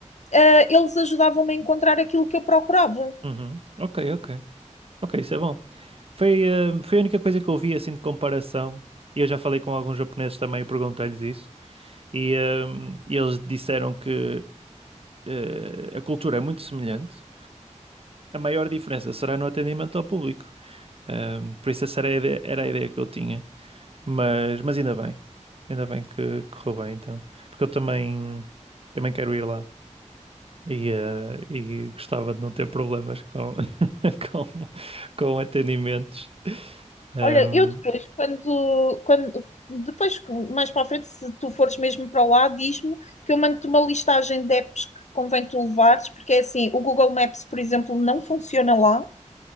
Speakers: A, on the left (about 65°); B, on the right (about 50°).
A: eh, eles ajudavam-me a encontrar aquilo que eu procurava.
B: uhum, Ok, ok, ok, isso é bom. Foi, ah, foi a única coisa que eu vi assim de comparação. E eu já falei com alguns japoneses também e perguntei-lhes isso. E ah, eles disseram que ah, a cultura é muito semelhante. A maior diferença será no atendimento ao público. Ah, por isso essa era a ideia, era a ideia que eu tinha. Mas, mas ainda bem. Ainda bem que correu bem, então. Porque eu também, também quero ir lá. E, eh, e gostava de não ter problemas com, <laughs> com, com atendimentos. Ahm,
A: Olha, eu depois, quando, quando depois, mais para a frente, se tu fores mesmo para lá, diz-me que eu mando-te uma listagem de apps que convém tu levares, porque é assim, o Google Maps, por exemplo, não funciona lá.